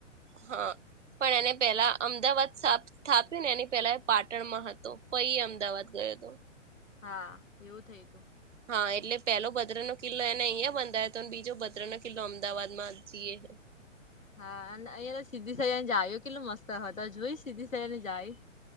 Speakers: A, on the right; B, on the left.
A: હા પણ એને પેલા અમદાવાદ સાબ સ્થાપ્યું ને એની પહેલા પાટણમાં હતો પૈ અમદાવાદ ગયો હતો.
B: હા એવું થય તું.
A: હા એટલે પેલો ભદ્ર નો કિલ્લો એને અહિયાં બંધાયો હતો અને બીજો ભદ્ર નો કિલ્લો અમદાવાદ માં જીએ હ.
B: હા અને અહંને સીધી સૈયાદ જા આવ્યો કેટલો મસ્ત હતો તો જોઈ સીધી સૈયા ને જાળી.